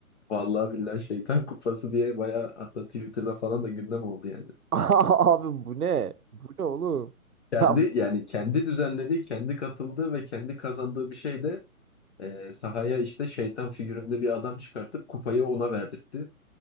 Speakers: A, on the left; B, on the right.
A: Vallahi billahi şeytan kupası diye bayağı hatta Twitter'da falan da gündem oldu yani.
B: <laughs> Abi bu ne? Bu ne oğlum?
A: Kendi
B: Ben
A: yani kendi düzenlediği, kendi katıldığı ve kendi kazandığı bir şey de e, sahaya işte şeytan figüründe bir adam çıkartıp kupayı ona verdirtti.